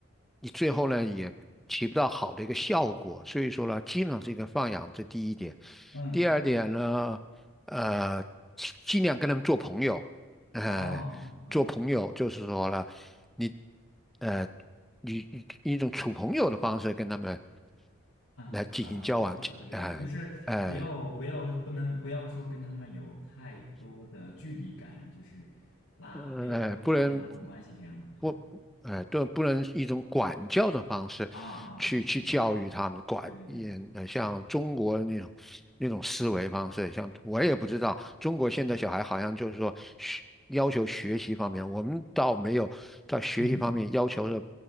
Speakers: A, in the centre; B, on the left.
A: 你最后呢也起不到好的一个效果。所以说呢，经常是一个放养，这第一点。
B: 嗯嗯，
A: 第二点呢，呃，尽尽量跟他们做朋友，呃，
B: 哦，嗯
A: 做朋友就是说呢，你呃，以以一种处朋友的方式跟他们
B: 嗯嗯嗯嗯，
A: 来进行交往，
B: 我知道，我知道，
A: 呃呃。
B: 就是不要不要不能不要说跟他们有太多的距离感，就是拉可以多拉近拉近关系这样子，
A: 呃，不能。
B: 是
A: 不，哎，对，不能一种管教的方式去去教育他们，
B: 啊啊啊，对
A: 管也呃像中国那种那种思维方式，
B: 对对对对对
A: 像我也不知道，中国现在小孩好像就是说学要求学习方面，我们倒没有在学习方面要求的
B: 嗯